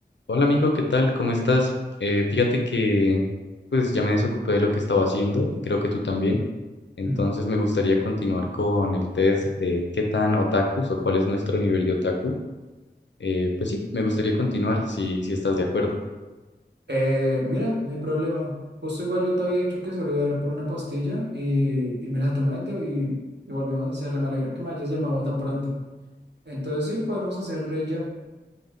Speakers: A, on the left (about 75°); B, on the right (about 70°).
A: Hola amigo, ¿qué tal? ¿Cómo estás? Eh, fíjate que pues ya me desocupé de lo que estaba haciendo y creo que tú también. Entonces
B: Mm.
A: me gustaría continuar con el test de qué tan otakus o cuál es nuestro nivel de otaku. Eh, pues sí, me gustaría continuar si, si estás de acuerdo.
B: Eh, mira, no hay problema. Justo igual yo te había dicho que solo iba a ir por una pastilla y, y me la tomé y, te- y, y volvimos a hacerle. Me alegra que me hayas llamado tan pronto. Entonces sí, podemos hacerle ya.